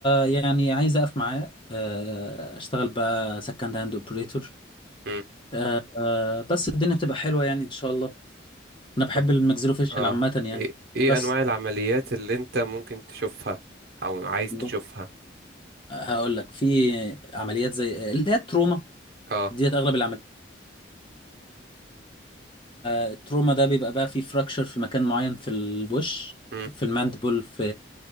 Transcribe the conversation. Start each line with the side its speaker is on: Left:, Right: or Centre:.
Left: يعني عايز اقف معاه آه اشتغل بقى سكند هاند اوبريتور
Right: امم
Left: آه آه، بس الدنيا بتبقى حلوه يعني ان شاء الله انا بحب
Right: طب
Left: الماكسيلو فيشل
Right: اه
Left: عامه يعني
Right: ايه ايه
Left: بس
Right: انواع العمليات اللي انت ممكن تشوفها او عايز
Left: ب...
Right: تشوفها
Left: هقول لك في عمليات زي اللي هي التروما
Right: اه
Left: ديت اغلب العمليات آه، التروما ده بيبقى بقى فيه فراكشر في مكان معين في الوش
Right: امم
Left: في الماندبل في